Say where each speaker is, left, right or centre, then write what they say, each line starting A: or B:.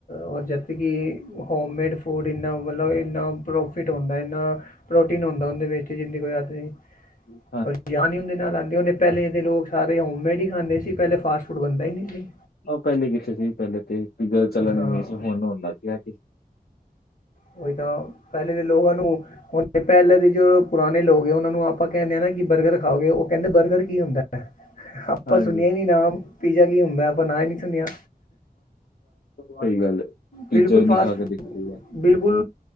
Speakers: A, on the left; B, on the left.
A: ਓ ਜਦ ਕਿ ਹੋਮ ਮੇਡ ਫੂਡ ਇੰਨਾ ਮਤਲਬ ਇੰਨਾ ਪ੍ਰੋਫਿਟ ਹੁੰਦਾ ਇੰਨਾ ਪ੍ਰੋਟੀਨ ਹੁੰਦਾ ਉਹਦੇ ਵਿੱਚ ਜਿੰਦੇ ਕੋਈ ਹੱਦ ਨੀ।
B: ਹੂੰ
A: ਓ ਜਾਨ ਨਈ ਹੁੰਦੇ ਨਾਲ ਓ ਪੈਲੇ ਦੇ ਲੋਕ ਸਾਰੇ ਹੋਮੇਡ ਹੀ ਖਾਂਦੇ ਸੀ ਪੈਲੇ ਫਾਸਟ ਫੂਡ ਬਣਦਾ ਈ ਨਈ ਸੀ।
B: ਓ ਪੈਲੇ ਕਿੱਥੇ ਸੀ ਪੈਲੇ ਤੇ <unintelligible> ਚੱਲਣ
A: ਹਾਂ
B: ਨੇ ਗੇ ਸੀ ਹੁਣ ਹੋਣ ਲੱਗ ਗਿਆ ਸੀ।
A: ਉਹੀ ਤਾਂ ਪਹਿਲੇ ਦੇ ਲੋਗਾਂ ਨੂੰ ਹੁਣ ਪੈਲੇਾਂ ਦੇ ਜੋ ਪੁਰਾਣੇ ਲੋਕ ਉਹਨਾਂ ਨੂੰ ਆਪਾਂ ਕੈਂਦੇ ਹਾਂ ਨਾ ਕਿ ਬਰਗਰ ਖਾਓਗੇ ਓ ਕੈਂਦੇ ਬਰਗਰ ਕੀ ਹੁੰਦਾ। ਆਪਾਂ
B: ਹਾਂਜੀ
A: ਸੁਣਿਆ ਈ ਨੀ ਨਾਮ ਪੀਜਾ ਕੀ ਹੁੰਦਾ ਆਪਾਂ ਨਾ ਈ ਨਈ ਸੁਣਿਆ।
B: ਸਈ ਗੱਲ ਏ ਪੀਜ਼ਾ
A: ਬਿਲਕੁਲ
B: ਵੀ
A: ਫਾਸਟ
B: ਨੀ ਖਾ ਕੇ
A: ਫੂਡ,
B: ਦੇਖਿਆ।
A: ਬਿਲਕੁਲ